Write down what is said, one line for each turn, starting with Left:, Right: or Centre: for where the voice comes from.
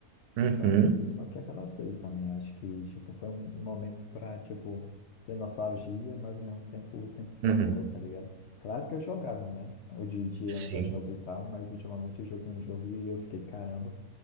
Right: Uhum,
Left: Só, só que aquelas coisas também, acho que, tipo, foi um um momento pra, tipo, ter nostalgia, mas ao mesmo tempo o tempo
Right: uhum,
Left: passou, tá ligado? Claro que eu jogava, né? Hoje em dia
Right: sim.
Left: eu ainda jogo e tal, mas ultimamente eu joguei um jogo e eu fiquei, caramba,